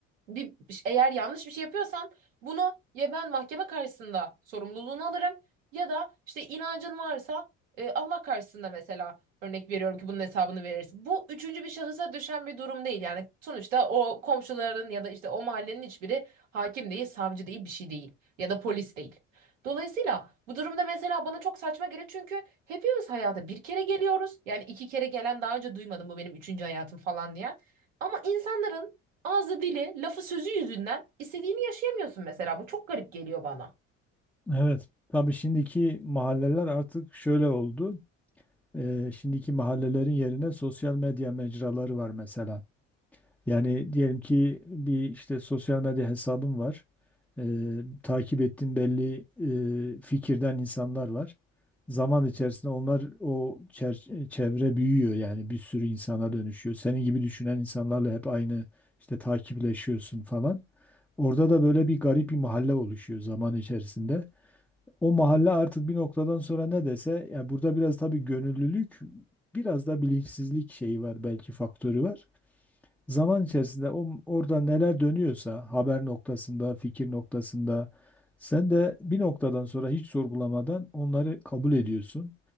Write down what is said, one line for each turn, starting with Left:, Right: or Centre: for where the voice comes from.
Right: bir eğer yanlış bir şey yapıyorsam bunu ya ben mahkeme karşısında sorumluluğunu alırım ya da işte inancın varsa e, Allah karşısında mesela örnek veriyorum ki bunun hesabını verirsin. Bu üçüncü bir şahısa düşen bir durum değil. Yani sonuçta o komşuların ya da işte o mahallenin hiçbiri hakim değil, savcı değil, bir şey değil ya da polis değil. Dolayısıyla bu durumda mesela bana çok saçma geliyor çünkü hepimiz hayata bir kere geliyoruz. Yani iki kere gelen daha önce duymadım bu benim üçüncü hayatım falan diye. Ama insanların Ağzı dili, lafı sözü yüzünden istediğini yaşayamıyorsun mesela. Bu çok garip geliyor bana.
Centre: Evet. Tabii şimdiki mahalleler artık şöyle oldu. E, şimdiki mahallelerin yerine sosyal medya mecraları var mesela. Yani diyelim ki bir işte sosyal medya hesabım var. Eee, takip ettiğim belli eee, fikirden insanlar var. Zaman içerisinde onlar o çer- e, çevre büyüyor yani bir sürü insana dönüşüyor. Senin gibi düşünen insanlarla hep aynı işte takipleşiyorsun falan. Orada da böyle bir garip bir mahalle oluşuyor zaman içerisinde. O mahalle artık bir noktadan sonra ne dese ya burada biraz tabii gönüllülük, biraz da bilinçsizlik şeyi var belki faktörü var zaman içerisinde o, orada neler dönüyorsa haber noktasında, fikir noktasında sen de bir noktadan sonra hiç sorgulamadan onları kabul ediyorsun.